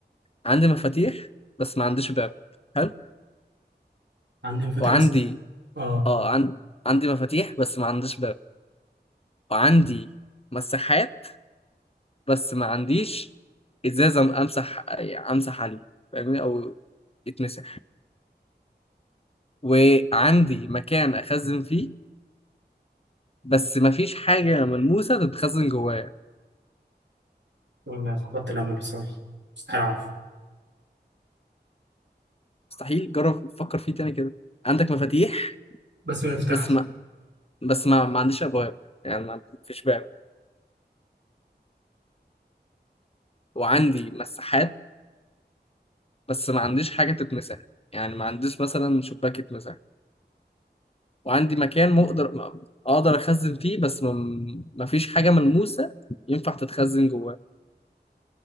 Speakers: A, on the left (about 35°); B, on the right (about 85°).
A: عندي مفاتيح بس ما عنديش باب حلو
B: عندي مفاتيح
A: وعندي
B: بس اه
A: آه عن... عندي مفاتيح بس ما عنديش باب وعندي مساحات بس ما عنديش إزازة أمسح أمسح عليه فاهمني أو يتمسح وعندي مكان أخزن فيه بس ما فيش حاجة ملموسة تتخزن جوايا
B: ما فقدت الامل بصراحه مستحيل اعرف
A: مستحيل جرب فكر فيه تاني كده عندك مفاتيح
B: بس ما يفتحش
A: بس ما بس ما, ما عنديش ابواب يعني ما فيش باب وعندي مساحات بس ما عنديش حاجه تتمسح يعني ما عنديش مثلا شباك يتمسح وعندي مكان مقدر ما- اقدر اخزن فيه بس ما, ما فيش حاجه ملموسه ينفع تتخزن جواه